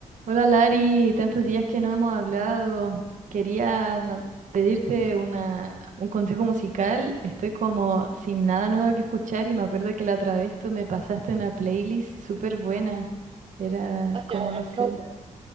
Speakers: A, on the right; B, on the right.
A: Hola Lari, tantos días que no hemos hablado. Quería pedirte una, un consejo musical. Estoy como sin nada nuevo que escuchar y me acuerdo que la otra vez tú me pasaste una playlist súper buena. Era
B: Hola,
A: como, no sé,
B: ¿cómo estás?